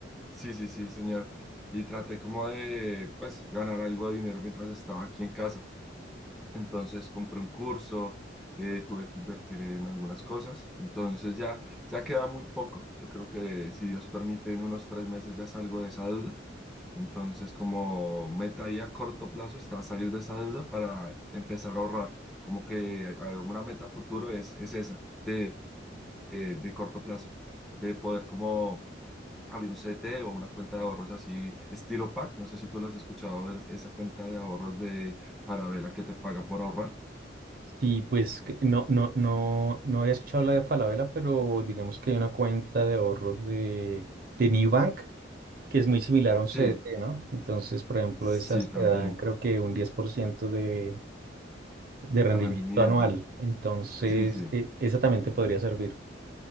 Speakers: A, in the centre; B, on the right.
A: Sí, sí, sí, señor. Y traté como de, pues, ganar algo de dinero mientras estaba aquí en casa. Entonces compré un curso, eh, tuve que invertir en algunas cosas. Entonces ya, ya queda muy poco. Yo creo que si Dios permite, en unos tres meses ya salgo de esa deuda. Entonces como meta ahí a corto plazo está salir de esa deuda para empezar a ahorrar. Como que eh, una meta futuro es, es esa, de, eh, de corto plazo, de poder como abrir un CDT o una cuenta de ahorros así, estilo PAC. No sé si tú lo has escuchado, es- esa cuenta de ahorros de Falabella que te paga por ahorrar.
B: Sí, pues que no, no, no, no había escuchado la de Falabella, pero digamos que hay una cuenta de ahorros de, de Nubank que es muy similar a un CDT,
A: Sí,
B: ¿no? Entonces, por ejemplo,
A: sí,
B: esas
A: también,
B: te dan creo que un 10% de, de rendimiento
A: de rendimiento,
B: anual. Entonces,
A: sí, sí,
B: e- esa también te podría servir.